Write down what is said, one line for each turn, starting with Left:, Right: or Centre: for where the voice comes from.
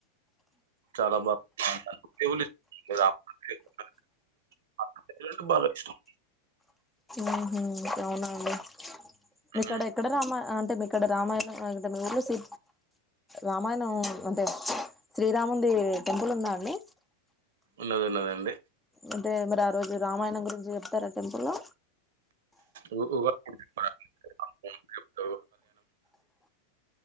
Right: చాలా బాగుందంట దేవుని <unintelligible> ఆ పిల్లలకు బాగా ఇష్టం
Centre: ఊహు అవునా అండి మీ
Right: ఉమ్
Centre: కాడ ఎక్కడ రామ్మా అ మీక్కడ రామయణం ఆ గింటా మీ ఊల్లో సీ రామాయణం అంటే శ్రీరామునిది టెంపుల్ ఉందా అండి
Right: ఉన్నది ఉన్నదండి
Centre: అంటే మరి ఆ రోజు రామాయణం గురించి చెప్తారా టెంపుల్ లో
Right: ఉకూక <unintelligible> ఓ